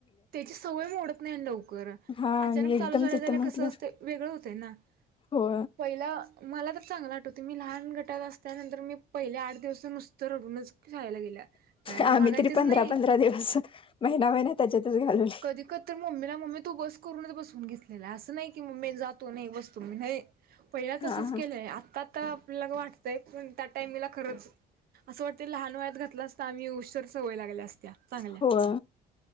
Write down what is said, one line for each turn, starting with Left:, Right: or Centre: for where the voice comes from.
Right: त्याची सवय मोडत नाही हो लवकर
Left: हा
Right: अचानक
Left: आणि एकदम
Right: चालू झाल्या
Left: तिथं
Right: झाल्या
Left: म्हटलं
Right: कसं असतय वेगळं होतंय ना.
Left: हो
Right: पहिला मला तर.... मला तर चांगलं आठवतंय मी लहान गटात असल्यानंतर मी पहिले आठ दिवस तर नुसत रडूनच शाळेला गेल्या. जायला
Left: आम्ही
Right: मागायचेच
Left: तरी पंधरा
Right: नाही
Left: पंधरा दिवस महिना महिना त्याच्यातच...
Right: कधीकधी तर मम्मीला मम्मी तू बस करूनच बसवून घेतलेला आहे. असं नाही की मम्मी जा तू मी बसतो. तुम्ही नाही. पहिल्याच असंच
Left: हा हा
Right: केलंय, आताता आपल्याला वाटतंय, पण त्या टाईमीला खरंच असं वाटत. ते लहान वयात घातलं असता, आम्ही उशेर सवय लागल्या असत्या. चांगल्या
Left: होय.